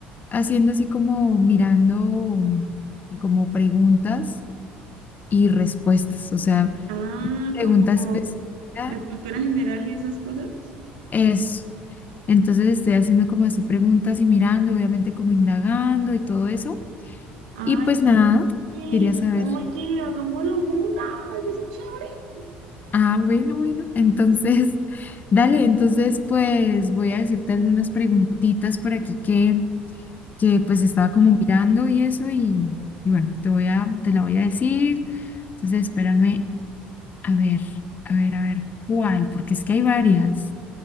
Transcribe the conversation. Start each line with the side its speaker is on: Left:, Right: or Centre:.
Left: haciendo así como mirando mm, como preguntas y respuestas, o sea,
Right: Ah,
Left: pregunta
Right: como
Left: específica,
Right: de cultura general y esas cosas.
Left: eso. Entonces estoy haciendo como así preguntas y mirando, obviamente como indagando y todo eso.
Right: Ay,
Left: Y pues nada,
Right: sí.
Left: quería saber.
Right: Oye, hagámoslo juntas. Eso es chévere.
Left: Ah, bueno, bueno. Entonces, <laughs> dale, entonces pues voy a decirte algunas preguntitas por aquí que, que pues estaba como mirando y eso y, y bueno, te voy a, te la voy a decir. Entonces, espérame, a ver, a ver, a ver, ¿cuál? Porque es que hay varias.